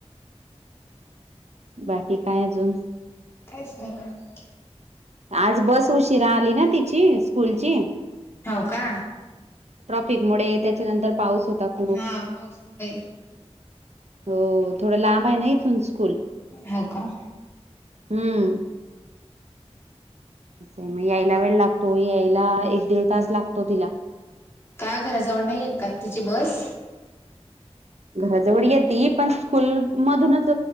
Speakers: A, on the right; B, on the left.
A: बाकी काय अजून?
B: काहीच नाही <unintelligible>
A: आज बस उशिरा आली ना तिची स्कूलची.
B: हो का?
A: ट्रॉफिकमुळे त्याच्यानंतर पाऊस होता. खूप
B: हां पाऊसमुळे.
A: हो थोडं लांब आहे ना इथून स्कूल.
B: हो का?
A: हम्म. असं मग यायला वेळ लागतो, यायला एक दीड तास लागतो तिला.
B: का घराजवळ नाही येत का तिची बस?
A: घराजवळ येती पण स्कूल मधूनच